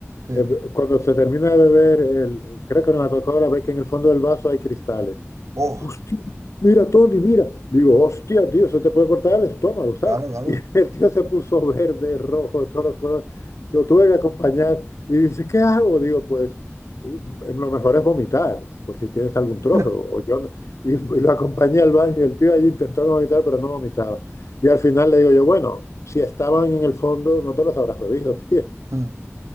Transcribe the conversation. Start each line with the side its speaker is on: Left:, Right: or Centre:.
Right: Sí.
Left: eh, cuando se termina de beber, el, creo que era una Coca-Cola, ve que en el fondo del vaso hay cristales.
Right: Oh,
Left: Hostia, mira, Tony, mira. Digo, hostia, tío, eso te puede cortar el estómago, ¿sabes?
Right: claro,
Left: <laughs>
Right: claro.
Left: Y el tío se puso verde, rojo, de todos los colores. Yo tuve que acompañar y dice, ¿qué hago? Digo, pues eh, lo mejor es vomitar, por si tienes algún trozo.
Right: <laughs>
Left: O yo, no- y, <laughs> y lo acompañé al baño y el tío allí intentando vomitar, pero no vomitaba. Y al final le digo yo, bueno, si estaban en el fondo, no te los habrás bebido, tío. <laughs>
Right: Mm,